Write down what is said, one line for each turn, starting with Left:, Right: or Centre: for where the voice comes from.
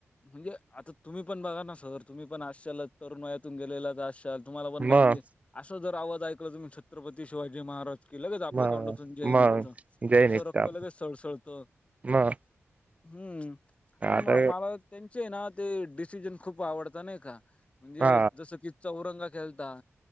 Left: म्हणजे आता तुम्ही पण बघा ना सर तुम्ही पण अशा तरुण वयातून गेलेला तर अशा तुम्हाला पण माहितीे
Right: मग
Left: असं जर आवाज ऐकला तुम्ही छत्रपती शिवाजी महाराज की लगेच आपल्या
Right: मग
Left: तोंडातून जय निघत
Right: मग जय
Left: असं
Right: निघताप
Left: रक्त लगेच सळसळत.
Right: मग
Left: हम्म आणि
Right: आता
Left: म मला त्यांचे ना ते डिसिजन खूप आवडता नाही का? म्हणजे
Right: हा
Left: जस की चौरंग खेळता.